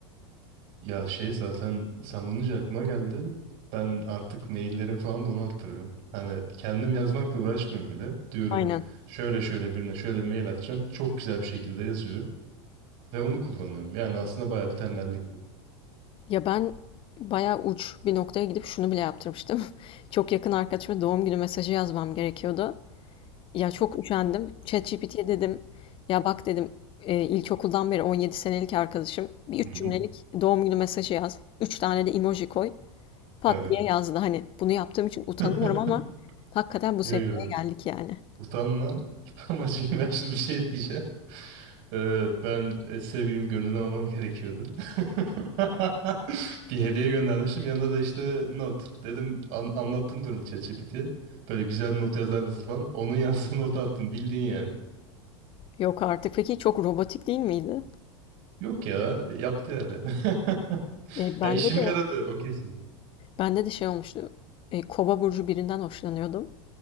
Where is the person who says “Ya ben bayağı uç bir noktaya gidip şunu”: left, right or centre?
Left